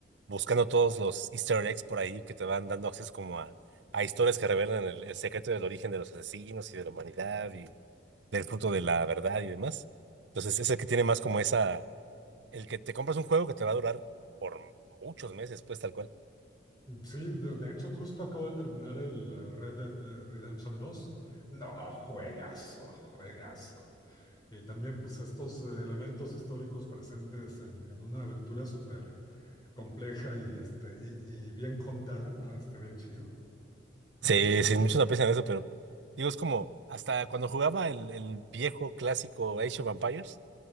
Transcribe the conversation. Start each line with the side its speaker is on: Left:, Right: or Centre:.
Right: buscando todos los Easter eggs por ahí que te van dando acceso como a, a historias que revelan el, el secreto del origen de los asesinos y de la humanidad y del fruto de la verdad y demás. Entonces es el que tiene más como esa, el que te compras un juego que te va a durar por muchos meses, pues tal cual.
Left: Sí, de de hecho, justo acabo de terminar el eh, Red Dead eh, Redemption dos. No, juegazo, juegazo. Y también, pues, estos eh, elementos históricos presentes en, en una aventura súper compleja y, este, y, y bien contada. No, está bien chido.
Right: Sí, sí, muchos aprecian eso, pero digo, es como hasta cuando jugaba el, el viejo clásico Age of Empires,